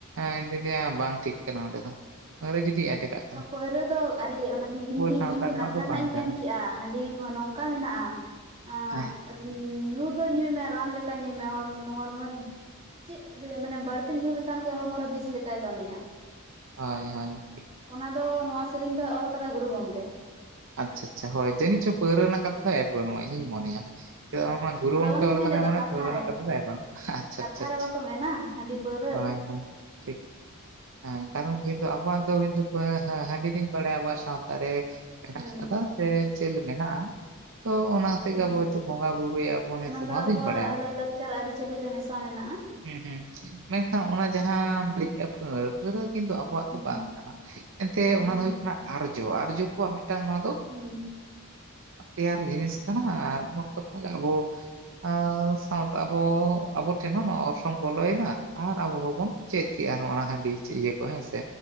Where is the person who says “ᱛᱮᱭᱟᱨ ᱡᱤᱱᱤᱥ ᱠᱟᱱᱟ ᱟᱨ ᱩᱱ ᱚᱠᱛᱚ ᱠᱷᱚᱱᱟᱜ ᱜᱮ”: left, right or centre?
Right